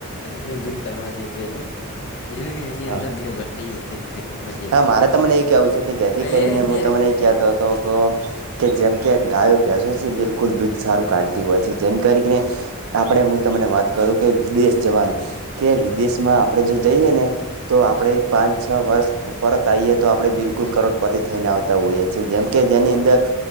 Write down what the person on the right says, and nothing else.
હા
હા મારે તમને એ કેવું છે કે જેથી
કરીને
હું તમને
એ કહેતો હતો તો કે જેમ કે ગાયો પસો છે બિલકુલ દૂધ સારું કાઢતી હોય છે જેમ કરીને આપડે હું તમને વાત કરું કે વિદેશ જવાની કે વિદેશમાં આપણે જો જઈએ ને તો આપડે
પાંચ છ વર્ષ પરત આવીયે તો આપણે બિલકુલ કરોડપતિ થઈને આવતા હોઈએ છીએ જેમ કે જેની અંદર